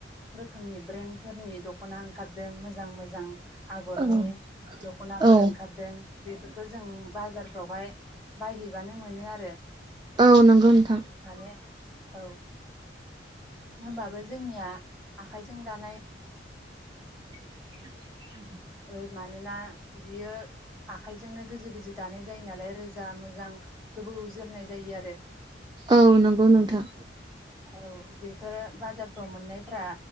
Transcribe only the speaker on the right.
औ
औ
औ नंगौ नोंथां
<inaudible>
औ नंगौ नोंथां